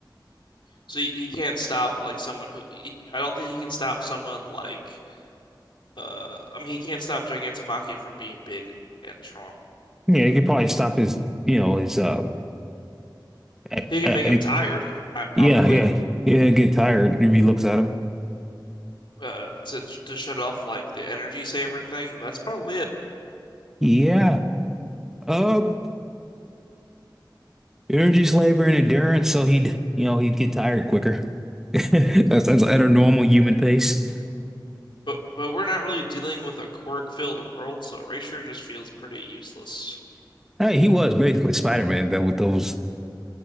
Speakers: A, on the left (about 85°); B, in the centre.
A: So he, he can't stop like someone who he, I don't think he can stop someone like Uh, I mean, he can't stop Gigantomachia from being big and, and strong.
B: Yeah, it could probably stop his, you know, his uh, uh,
A: He can
B: uh,
A: make him tired, I probably,
B: Yeah, yeah. Yeah, get tired. If he looks at him.
A: uh, to to shut off like the energy saver thing. That's probably it.
B: Yeah. Uh, energy's labor and endurance, so he'd, you know, he'd get tired quicker. <laughs> That's, that's at a normal human pace.
A: But but we're not really dealing with a quirk-filled world, so Erasure just feels pretty useless.
B: Hey, he was basically Spider-Man, but with those